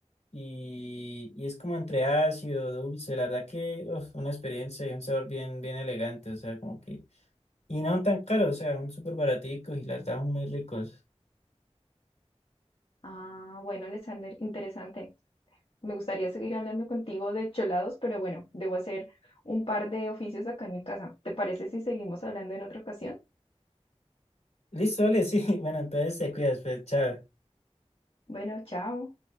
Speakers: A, on the left (about 75°); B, on the left (about 55°).
A: y, y es como entre ácido, dulce. La verdad que uf, una experiencia y un sabor bien, bien elegante. O sea, como que... Y no tan caro, o sea, son súper baraticos y la verdad son muy ricos.
B: Ah, bueno, Alexander, interesante. Me gustaría seguir hablando contigo de cholados, pero bueno, debo hacer un par de oficios acá en mi casa. ¿Te parece si seguimos hablando en otra ocasión?
A: Listo, vale, sí. <laughs> Bueno, entonces te cuidas, pues, chao.
B: Bueno, chao.